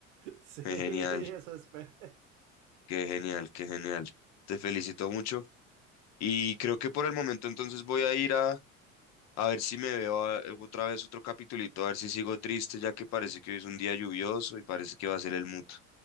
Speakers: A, on the right; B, on the left.
A: sí,
B: Qué
A: eso
B: genial,
A: espero.
B: qué genial, qué genial. Te felicito mucho. Y creo que por el momento entonces voy a ir a A ver si me veo a- otra vez otro capitulito, a ver si sigo triste, ya que parece que hoy es un día lluvioso y parece que va a ser el mood.